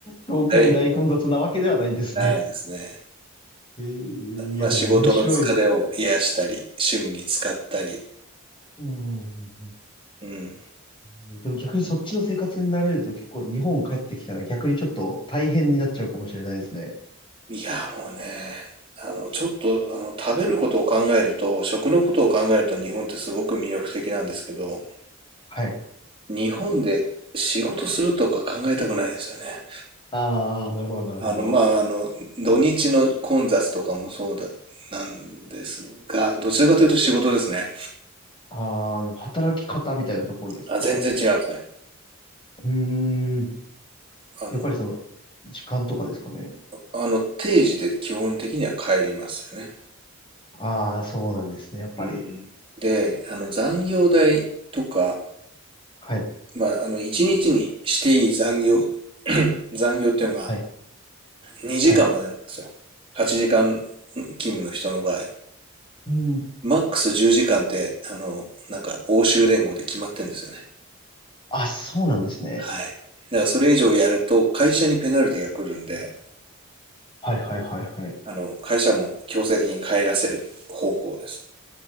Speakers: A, on the left; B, on the right.
A: 教会大混雑なわけではないんですね。
B: だい、ないですね。
A: ええいやでも面白いです。
B: まあ仕事の疲れを癒したり、趣味に使ったり、
A: うんうんうん
B: うん。
A: うん。でも逆にそっちの生活に慣れると結構日本帰ってきたら逆にちょっと大変になっちゃうかもしれないですね。
B: いや、もうね、あの、ちょっと、あの、食べることを考えると、食のことを考えると日本ってすごく魅力的なんですけど、
A: はい。
B: 日本で仕事するとか考えたくないですよね。
A: ああ、なるほどなるほど。
B: あの、まあ、あの、土日の混雑とかもそうだ、なんですが、どちらかというと仕事ですね。
A: ああ、働き方みたいなところですか
B: あ、全然違いますね。
A: うーん。
B: あの、
A: やっぱりその、時間とかですかね。
B: あの、定時で基本的には帰りますよね。
A: ああ、そうなんですね。やっぱり。
B: うん。で、あの、残業代とか、
A: はい。
B: まあ、あの、1日にちにしていい残業、<clears throat> 残業っていうのが
A: はい。
B: 2時間までなんですよ。
A: はい。
B: 8時間勤務の人の場合。
A: うん。
B: マックス10時間って、あの、なんか、欧州連合で決まってんですよね。
A: あ、そうなんですね。
B: はい。だからそれ以上やると会社にペナルティが来るんで、
A: はいはいはいはい。
B: あの、会社も強制的に帰らせる方向です。